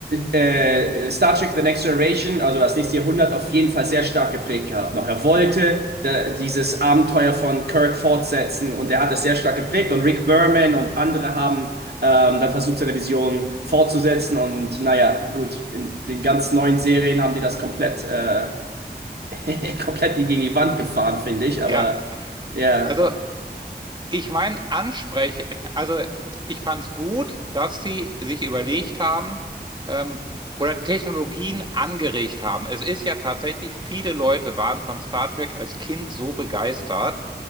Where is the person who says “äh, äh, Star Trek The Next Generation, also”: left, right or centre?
Right